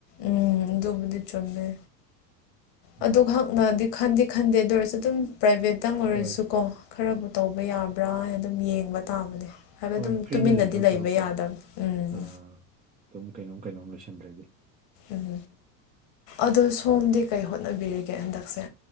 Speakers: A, on the left (about 55°); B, on the right (about 15°).
A: ꯎꯝ ꯑꯗꯨꯕꯗꯤ ꯆꯨꯝꯃꯦ
B: ꯍꯣꯏ
A: ꯑꯗꯨꯅ ꯈꯟꯗꯤꯦ ꯈꯟꯗꯦ ꯑꯗꯨ ꯑꯣꯏꯔꯁꯨ ꯑꯗꯨꯝ ꯄ꯭ꯔꯥꯏꯚꯦꯠꯇꯪ ꯑꯣꯏꯔꯁꯨꯀꯣ
B: ꯍꯣꯏ
A: ꯈꯔꯕꯨ ꯇꯧꯕ ꯌꯥꯕ꯭ꯔꯥ ꯍꯥꯏꯅ ꯑꯗꯨꯝ ꯌꯦꯡꯕ ꯇꯥꯕꯅꯦ ꯍꯥꯏꯕꯗꯤ
B: ꯍꯣꯏ
A: ꯑꯗꯨꯝ
B: ꯐ꯭ꯔꯤꯗ
A: ꯇꯨꯃꯤꯟꯅꯗꯤ
B: ꯂꯩꯗꯧ
A: ꯂꯩꯕ
B: ꯁꯔꯨꯛꯀꯣ
A: ꯌꯥꯗꯕꯅꯤ ꯎꯝ
B: ꯑꯗꯨꯝ ꯀꯩꯅꯣꯝ ꯀꯩꯅꯣꯝ ꯂꯣꯏꯁꯟꯗ꯭ꯔꯗꯤ
A: ꯎꯝ ꯑꯗꯣ ꯁꯣꯝꯗꯤ ꯀꯩ ꯍꯣꯠꯅꯕꯤꯔꯤꯒꯦ ꯍꯟꯗꯛꯁꯦ